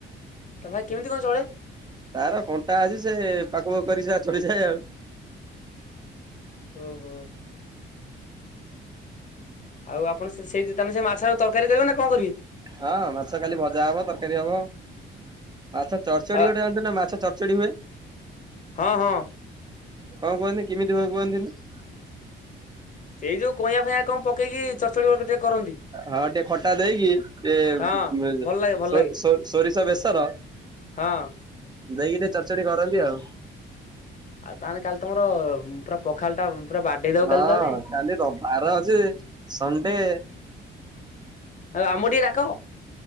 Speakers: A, on the left (about 40°); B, on the right (about 20°).
A: ତା ଭାଇ କେମିତି କଣ ଚଢେ?
B: ତାର କଣ୍ଟା ଅଛି ସେ ପାଖ ପାଖ କରି ସ ଚଢ଼ିଯାଏ ଆଉ।
A: ଓହୋ। ଆଉ ଆପଣ ସେଇ ତାହଲେ ସେ ମାଛ ଆ ତରକାରୀ କରିବେ ନା କଣ କରିବେ?
B: ହଁ ମାଛ ଖାଲି ଭଜା ହବ ତରକାରୀ ହବ। ମାଛ ଚରଚଡି
A: ଆଉ
B: ଗୋଟେ ଜାଣିନ୍ତୁ ନା ମାଛ ଚରଚଡି ହୁଏ।
A: ହଁ ହଁ।
B: କଣ କୁହନ୍ତି କେମିତି <unintelligible>
A: ଏଇ ଯୋଉ କଇୟା ଫଁଇଆ କଣ ପକେଇକି ଚଡଚଡି ଟିକେ କରନ୍ତି।
B: ହଁ ଟିକେ ଖଟା ଦେଇକି ଟ
A: ହଁ ଭଲ ଲାଗେ ଭଲ
B: ସୋ
A: ଲାଗେ
B: ସୋ ସୋରିଷ ବେସର।
A: ହଁ।
B: ଦେଇକି ଟିକେ ଚଡ଼୍ଚଡ଼ି କରନ୍ତି ଆଉ
A: ଆଉ ତାହେଲେ କାଲି ତମର ପୁରା ପଖାଳ ଟା ପୁରା ବାଡେଇ ଦବ
B: ହଁ
A: କାଲି ତାହେଲେ
B: କାଲି ବାର ଅଛି ସଣ୍ଡେ।
A: ହ ଆମକୁ ଟିକେ ଡାକ।